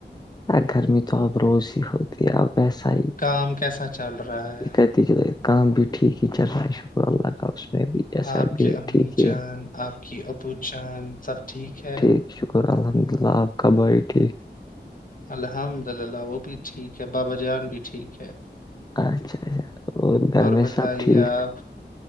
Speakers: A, on the left (about 20°); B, on the left (about 50°).
A: ا گرمی تو اب روز ہی ہوتی اب ایسا ہی
B: کام کیسا چل رہا ہے
A: کہتی کام بھی ٹھیک ہی چل رہا ہے شکر اللہ کاف اس میں بھی جیسا
B: آپ
A: ب بھی
B: کی
A: ہے
B: امی
A: ٹھیک ہے
B: جان آپ کی اپبو جان سب ٹھیک ہے
A: ٹ شکر الحمد للہ آب خباب ٹھیک
B: الحمد للہ وہ بھی ٹھیک ہے بابا جان بھی ٹھیک ہے
A: اچھا اچھا اور گھر میں
B: بتائیے
A: سب ٹھیک
B: آپ